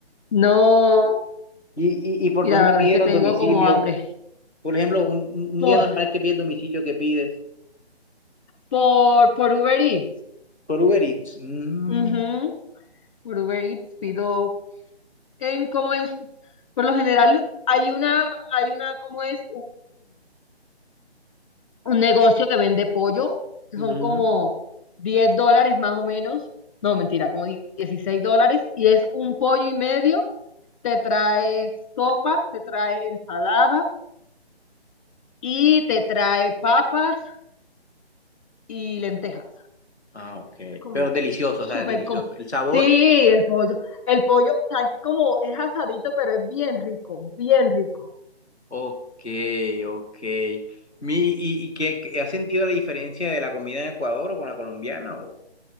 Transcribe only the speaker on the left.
no.
Y
la verdad
es que
tengo
como hambre.
Por,
por, por Uber Eats.
Ujú, Por Uber Eats pido en cómo es. Por lo general hay una, hay una, ¿cómo es? un negocio que vende pollo, son
como 10 dólares más o menos, no, mentira, como 16 dólares, y es un pollo y medio, te trae sopa, te trae ensalada y te trae papas y lentejas.
Es como
súper...
com-
Sí, el pollo, el pollo, o sea, es como, es asadito, pero es bien rico, bien rico.